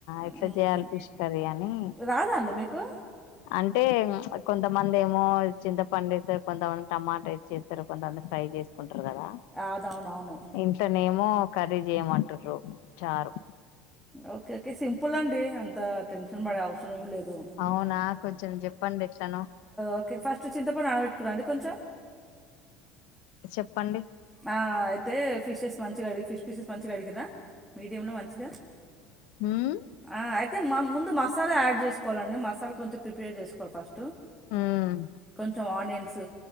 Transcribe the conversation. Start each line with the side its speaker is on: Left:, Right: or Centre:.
Left: ఎట్లా
Centre: మ్మ్
Left: చేయాలి ఫిష్ కర్రీ అని
Centre: రాదా అండి మీకు
Left: అంటే కొంతమంది ఏమో చింతపండు వేస్తారు కొంతమంది టమాటా వసి చేస్తారు కొంతమంది ఫ్రై చేస్తారు ఉంటారుకదా
Centre: అవునవునవును
Left: ఇంట్లోనేమో చేయమంటుర్రు చారు
Centre: ఓకే ఓకే సింపుల్ అండి అం అంత టెషన్ బడే అవసరం లేదు
Left: అవునా కొంచెం చెప్పండి ఎట్లనో
Centre: ఓకే ఫస్ట్ చింతపడు నానబెట్టుకున్నారా అండి కొంచెం
Left: చెప్పండి
Centre: ఆ అయితే ఫిషెస్ మంచిగా కడిగి ఫిష్ పీసెస్ మంచిగా కడిగరా మీడియంలో మంచిగా
Left: హూ
Centre: ఆ అయితే మా ముందు మసాలా యాడ్ చేసుకోవాలండి మసాలా కొంచెం ప్రిపేర్ చేసుకోవాలి ఫస్ట్
Left: ఉమ్
Centre: కొంచెం ఆనియన్ స